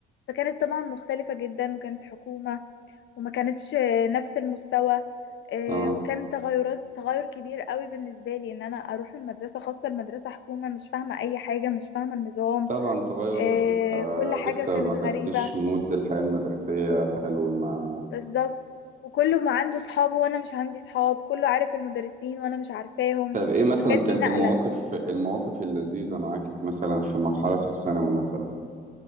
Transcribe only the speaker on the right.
اه
طبعا تغير
بيبقى
لسه
ما
خدتش مود الحياة المدرسية حلو مع
طب ايه مثلا
كانت
المواقف المواقف اللذيذة معاكي مثلا في مرحلة في الثانوي مثلا